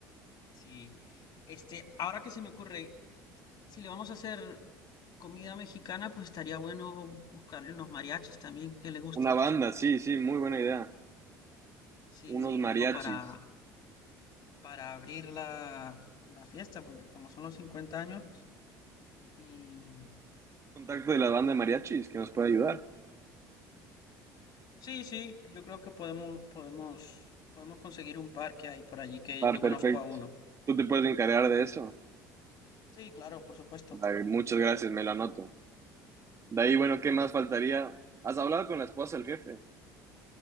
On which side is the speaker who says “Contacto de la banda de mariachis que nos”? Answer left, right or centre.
Right